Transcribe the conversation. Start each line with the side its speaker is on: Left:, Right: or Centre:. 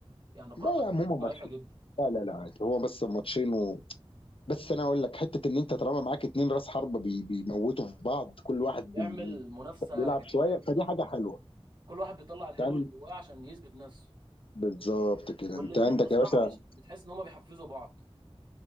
Right: يعني الكرة
Left: لا
Right: بتاعته
Left: يا عم
Right: كانت
Left: هم
Right: ضعيفة جدا
Left: لا لا لا عادي هو بس ماتشين و... بس انا اقول لك حته ان انت طالما معاك اتنين راس حربه بي... بيموتوا في بعض كل واحد
Right: بيعمل
Left: بي...
Right: منافسة
Left: بيلعب
Right: جميلة
Left: شويه
Right: جدا
Left: فدي حاجه حلوه
Right: كل واحد بيطلع الحلو
Left: يعني
Right: اللي جواه عشان يثبت نفسه
Left: بالظبط كده
Right: والاتنين
Left: انت عندك
Right: بصراحة
Left: يا باشا
Right: بيش... بتحس ان هما بيحفزوا بعض